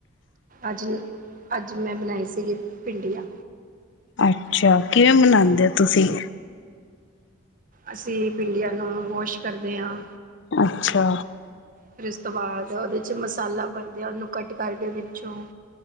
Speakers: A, on the right; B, on the left.
A: ਅੱਜ -ਅੱਜ, ਮੈਂ ਬਣਾਈ ਸੀਗੀ ਭਿੰਡੀਆਂ।
B: ਅੱਛਾ ਕਿਵੇਂ ਮਨਾਉਂਦੇ ਹੋ, ਤੁਸੀਂ।
A: ਅਸੀ ਭੀੜ੍ਹਿਆ ਨੂੰ ਵੋਸ਼ ਕਰਦੇ ਹਾਂ।
B: ਅੱਛਾ।
A: ਫਿਰ ਉਸ ਤੋਂ ਬਾਅਦ ਉਹਦੇ ਵਿਚ ਮਸਾਲਾ ਭਰਦਿਆ ਉਹਨੂੰ ਕੱਟ ਕਰਕੇ ਵਿੱਚੋਂ।